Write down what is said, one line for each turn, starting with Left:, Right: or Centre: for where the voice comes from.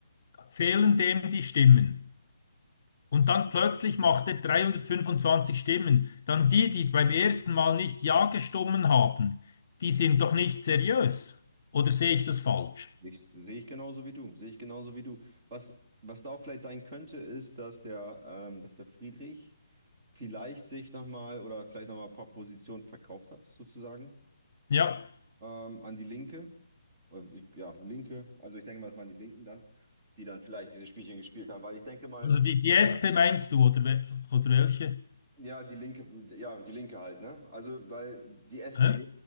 Left: fehlen dem die Stimmen und dann plötzlich macht er 325 Stimmen, dann die, die beim ersten Mal nicht Ja gestimmt haben, die sind doch nicht seriös. Oder sehe ich das falsch?
Right: Ich, sehe ich genauso wie du, sehe ich genauso wie du. Was, was da auch vielleicht sein könnte, ist, dass der, ähm, dass der Friedrich vielleicht sich nochmal oder vielleicht nochmal ein paar Positionen verkauft hat, sozusagen,
Left: Ja,
Right: ähm, an die Linke. Oder ich- Ja, Linke. Also ich denke mal, es waren die Linken dann, die dann vielleicht diese Spielchen gespielt haben, weil ich denke mal,
Left: also die, die SP meinst du, oder, we- oder welche?
Right: ja, die Linke, ja, die Linke halt, ne? Also, weil die
Left: Hä?
Right: SPD,